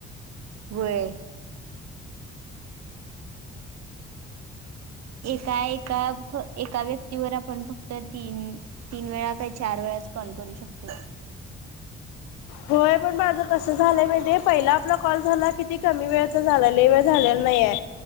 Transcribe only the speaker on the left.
होय पण माझं कसं झालंय म्हणजे पहिला आपला कॉल झाला किती कमी वेळचा झाला नाही वेळ झाल्या नाही